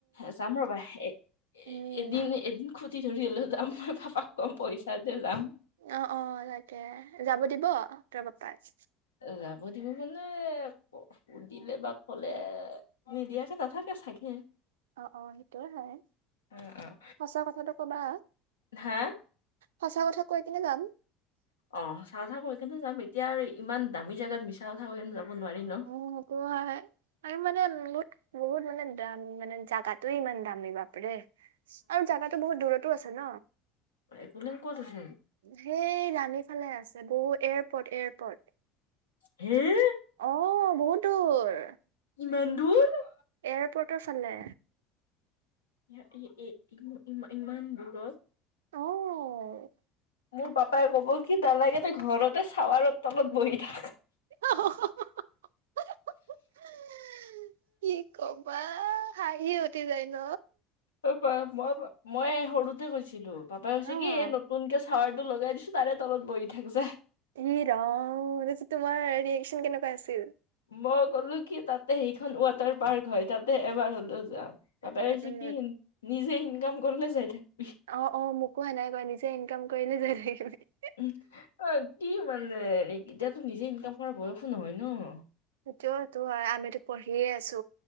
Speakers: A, on the left; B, on the right.
A: - যাম ৰ'বা, এ'
B: উম
A: এদিন-এদিন খুটি ধৰি হ'লেও যাম, মই পাপাক কম পইচা দে যাম।
B: অঁহ', -অঁহ', -তাকে। যাব দিব তোমাৰ পাপই?
A: এই যাব দিব মানে- সুধিলে বা ক'লে নিদিয়াকে নাথাকে চাগে।
B: অঁহ', -অঁহ', - সেইটোয়ে হয়,
A: অ' অ'
B: সঁচা কথাটো কবা।
A: হা
B: সঁচা কথা কৈ কেনে যাম।
A: অঁহ', - সঁচা কথা কৈ কিনে যাম। এতিয়া আৰু ইমান দামী জেগাত মিছা কথা কৈ কিনে যাব- নোৱাৰি ন।
B: উমঁ, সেইটো হয়-হয়, আৰু আমি মানে বহুত-বহুত মানে দাম মানে জাগাটোয়ে ইমান দামী বাপ ৰে। আৰু জাগাটো বহুত দূৰতো আছে ন।
A: একলেন ক'ত আছে
B: সেই ৰাণী ফালে আছে বহুত এয়াৰপৰ্ট-এয়াৰপৰ্ট।
A: সেই।
B: অঁ' বহুত দূৰ।
A: ইমান দূৰ।
B: এয়াৰপৰ্টৰ ফালে।
A: এই, এই ইমান দূৰত।
B: অঁহ।
A: মোৰ পাপাই কব কি নালাগে তই ঘৰতে চাৱাৰৰ তলত বহি থাক।
B: <inaudible> কি কবা হাঁহিয়ে উঠি যায় ন।
A: এবাৰ মই, মই সৰুতে কৈছিলো, পাপাই কৈছে
B: ই
A: কি এই নতুনকে- চাৱাৰটো লগাই দিছো তাৰে তলত বহি থাক যা।
B: ই ৰাম, তোমাৰ ৰিয়েকচন কেনেকুৱা আছিল?
A: মই ক'লো কি তা'তে সেইখন ৱাটাৰ পাৰ্ক হয়, তা'তে এবাৰ হ'লেও যাম।
B: উম উম
A: কি নিজে ইনকাম কৰিলে যাই থাকিবি।
B: অঁ', -অঁ', -মোকো সেনেই কয়, নিজে ইনকাম কৰিলে যাই থাকিবি কয়।
A: উম, অ' কি মানে এতিয়াটো নিজে ইনকাম কৰা বয়সো নহয় ন।
B: সেইটোও-সেইটোও হয়, আমিতো পঢ়িয়ে আছো।